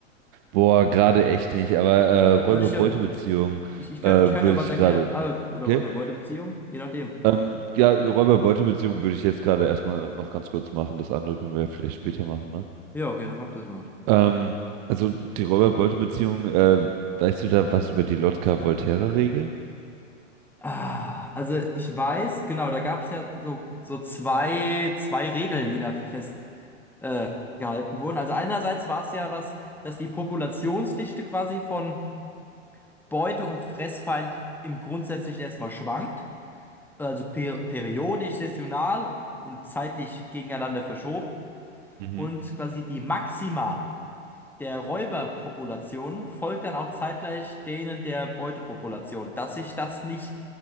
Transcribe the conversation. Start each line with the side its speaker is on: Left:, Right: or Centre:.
Right: Boah, gerade echt nicht, aber äh, Räuber-Beute-Beziehung
Centre: Soll ich dir, ich, ich
Right: äh,
Centre: kann,
Right: würde
Centre: ich kann dir was
Right: ich
Centre: erklären.
Right: gerade.
Centre: Also, oder
Right: Okay?
Centre: Räuber-Beute-Beziehung, je nachdem.
Right: Ähm, ja, Räuber-Beute-Beziehung würde ich jetzt gerade erstmal noch ganz kurz machen. Das andere können wir ja vielleicht später machen, ne?
Centre: Ja, okay, dann mach das mal.
Right: Ähm, also die Räuber-Beute-Beziehung, äh, weißt du da was über die Lotka-Volterra-Regel?
Centre: Ah, also ich weiß, genau, da gab es ja so, so zwei, zwei Regeln, die da festgehalten äh, gehalten wurden. Also einerseits war es ja was, dass die Populationsdichte quasi von Beute- und Fressfeind im grundsätzlich erstmal schwankt, also per periodisch, saisonal und zeitlich gegeneinander verschoben.
Right: Mhm.
Centre: Und quasi die Maxima der Räuberpopulation folgt dann auch zeitgleich denen der Beutepopulation, dass sich das nicht,